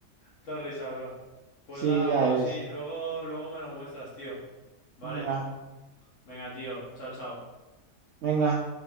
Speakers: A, on the left; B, on the right.
A: Todo risa, bro. Pues
B: Sí,
A: nada,
B: ya
A: bro,
B: es.
A: sí. Luego, luego me lo muestras, tío. ¿Vale?
B: Venga,
A: Venga, tío. Chao, chao.
B: venga.